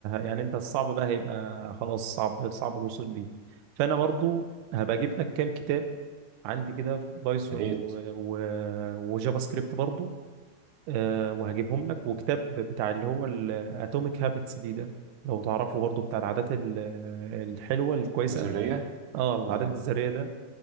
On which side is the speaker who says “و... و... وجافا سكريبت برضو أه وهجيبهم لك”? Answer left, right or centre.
Right